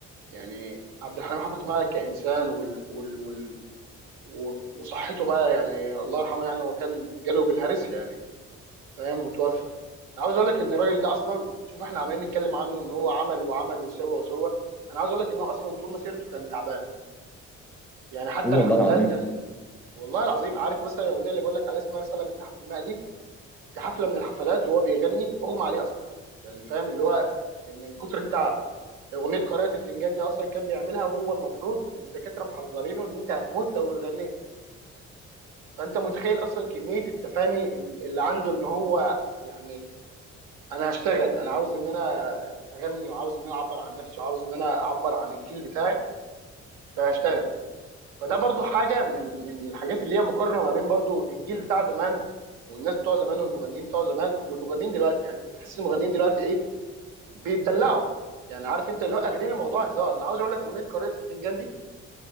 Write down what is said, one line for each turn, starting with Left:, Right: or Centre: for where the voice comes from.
Right: يعني عبد الحليم حافظ بقى كانسان وال... وال... وال... و- وصحته بقى يعني الله يرحمه يعني هو كان جاله بالهرس يعني فاهم وتوفى انا عاوز اقول لك ان الراجل ده اصلا شوف احنا عمالين نتكلم عنه ان هو عمل وعمل وسوى وسوى انا عاوز اقول لك ان هو اصلا طول مسيرته كان تعبان يعني حتى
Centre: هو
Right: الحفلات
Centre: والله العظيم
Right: يعني والله العظيم عارف مثلا الاغنيه اللي بقول لك عليها اسمها رساله من تحت الماء دي في حفله من الحفلات وهو بيغني اغمى عليه اصلا يعني فاهم اللي هو من كتر التعب اغنيه قارئة الفنجان دي اصلا كان بيعملها وهو المفروض الدكاتره محذرينه ان انت هتموت لو اتغنيت فانت متخيل اصلا كميه التفاني اللي عنده ان هو يعني انا هشتغل انا عاوز ان انا اغني وعاوز ان انا اعبر عن نفسي وعاوز ان انا اعبر عن الجيل بتاعي فهشتغل فده برضو حاجه من من الحاجات اللي هي مقارنه ما بين برضو الجيل بتاع زمان والناس بتوع زمان والمغنيين بتوع زمان والمغنيين دلوقتي يعني انت تحس المغنيين دلوقتي ايه بيتدلعوا يعني عارف انت اللي هو اخدين الموضوع هزار انا عاوز اقول لك اغنيه قارئة الفنجان دي